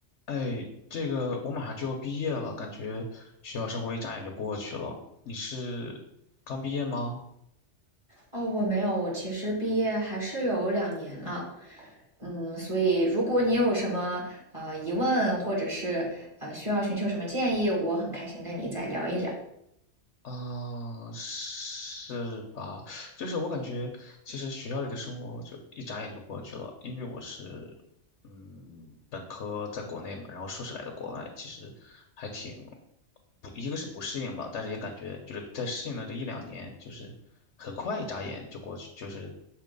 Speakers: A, on the left (about 80°); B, on the right (about 25°).
A: 哎，这个我马上就要毕业了，感觉学校生活一眨眼就过去了。你是刚毕业吗？
B: 哦，我没有，我其实毕业还是有两年了，嗯，所以如果你有什么呃疑问，或者是呃需要寻求什么建议，我很开心跟你再聊一聊
A: 啊，是吧？就是我感觉，其实学校里的生活就一眨眼就过去了，因为我是，嗯，本科在国内嘛，然后硕士来的国外，其实还挺不，一个是不适应吧，但是也感觉就是在适应了这一两年，就是很快一眨眼就过去，就是